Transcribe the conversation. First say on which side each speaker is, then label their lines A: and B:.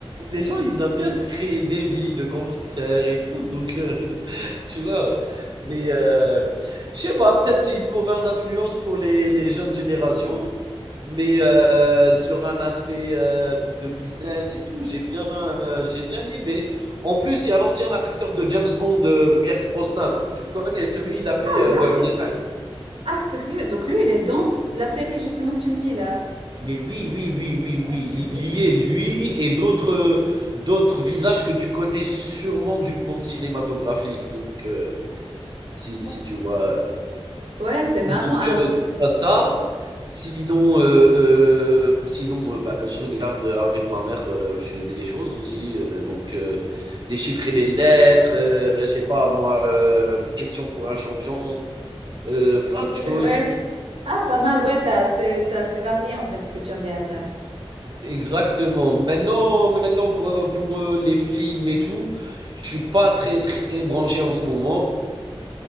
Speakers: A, on the right; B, on the right.
A: les gens, ils aiment bien se créer des vies de gangsters et tout, donc heu, <laughs> tu vois? Mais heu, je sais pas, peut-être c'est une mauvaise influence pour les les jeunes générations, mais heu, sur un aspect, heu, de business et tout, j'ai bien, heu, j'ai bien aimé. En plus, il y a l'ancien acteur de James Bond, heu, Pierce Brosnan. Tu le connais? Celui, il a fait,
B: Ah
A: heu,
B: ouais?
A: GoldenEye.
B: Ah sérieux? Donc lui, il est dans la série justement que tu me dis là.
A: Mais oui, oui, oui, oui, oui,
B: Ah purée.
A: il y est, lui et d'autres d'autres visages que tu connais sûrement du monde cinématographique. Donc, heu, si
B: Ah,
A: si
B: c'est-
A: tu vois? euh,
B: ouais, c'est marrant.
A: Donc,
B: Alors,
A: heu,
B: c'est-
A: à ça, sinon, heu, sinon, heu, bah, je regarde avec ma mère, heu, je des choses aussi, heu, donc, heu, déchiffrer les lettres, heu, je sais pas moi, heu, question pour un champion, heu, plein de
B: purée,
A: choses.
B: ouais. Ah, pas mal. Ouais, t'as assez- c'est assez varié en fait ce que tu regardes.
A: Exactement. Maintenant, maintenant pour, euh, pour, euh, les films et tout, je suis pas très très branché en ce moment,